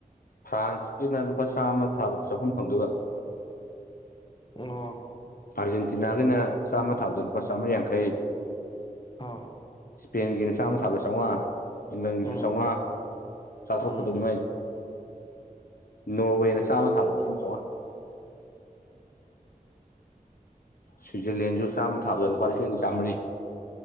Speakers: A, on the left; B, on the left.
A: ꯐ꯭ꯔꯥꯟꯁꯀꯤꯅ ꯂꯨꯄꯥ ꯆꯥꯝꯃ ꯊꯥꯕꯗ ꯆꯥꯍꯨꯝ ꯐꯪꯗꯣꯏꯕ
B: ꯑꯣ
A: ꯑꯥꯔꯖꯦꯟꯇꯤꯅꯥꯒꯤꯅ ꯆꯥꯝꯃ ꯊꯥꯗ ꯂꯨꯄꯥ ꯆꯥꯝꯃ ꯌꯥꯡꯈꯩ
B: ꯑꯣꯥ
A: ꯏꯁꯄꯦꯟꯒꯤ ꯆꯥꯝꯃ ꯊꯥꯕ ꯆꯥꯝꯃꯉꯥ ꯏꯤꯡꯒꯪꯒꯤꯁꯨ
B: ꯎꯝ
A: ꯆꯥꯝꯃꯉꯥ ꯆꯥꯇ꯭ꯔꯨꯛꯀꯗꯣꯅꯤ
B: ꯎꯝ
A: ꯃꯥꯏꯁꯦ ꯅꯣꯋꯦꯅ ꯆꯥꯝꯃ ꯊꯥꯗ ꯁꯤ ꯆꯣꯡꯉꯥ ꯁ꯭ꯋꯤꯖꯔꯂꯦꯟꯁꯨ ꯆꯥꯝꯃ ꯊꯥꯕꯗ ꯂꯨꯄꯥ ꯂꯤꯁꯤꯡꯒ ꯆꯥꯝꯃꯔꯤ